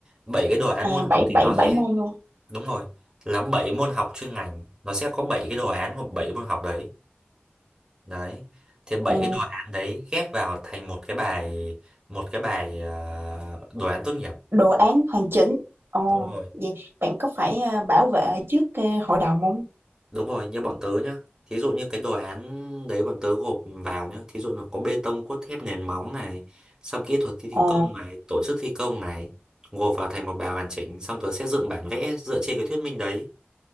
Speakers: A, on the right (about 20°); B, on the right (about 80°).
A: bảy cái đồ án
B: à
A: môn
B: bảy
A: học thì
B: bảy
A: nó sẽ
B: bảy môn luôn
A: đúng rồi, là 7 môn học chuyên ngành, nó sẽ có 7 cái đồ án của 7 môn học đấy. Đấy. Thì bảy
B: ờ
A: cái đồ án đấy ghép vào thành một cái bài một cái bài à, đồ án tốt nghiệp.
B: đồ án hoàn chỉnh ồ
A: Đúng rồi.
B: vậy bạn có phải ờ, bảo vệ trước ờ, hội đồng không
A: Đúng rồi, như bọn tớ nhá. Thí dụ như cái đồ án đấy bọn tớ gộp vào nhá. Thí dụ là có bê tông, cốt thép, nền móng này, xong kỹ thuật thi
B: ồ
A: công này, tổ chức thi công này, gộp vào thành một bài hoàn chỉnh, xong tớ sẽ dựng bản vẽ dựa trên cái thuyết minh đấy.